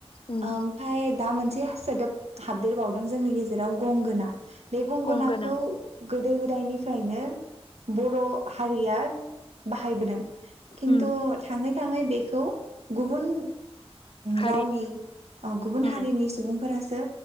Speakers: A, on the left; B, on the right.
A: उम
B: ओमफ्राय दा मोनसे से सोदोब हाबदेरबावदों जोंनि गेजेराव गंगोना बे गंगोनाखौ
A: गंगोना
B: गोदो गोदायनि फ्रायनो बर' हारिया बाहायबोदों। खिन्थु
A: उम
B: थाङै थाङै बेखौ गुबुन
A: हारिनि
B: रावनि गुबुन
A: उम
B: हारिनि सुबुंफोरासो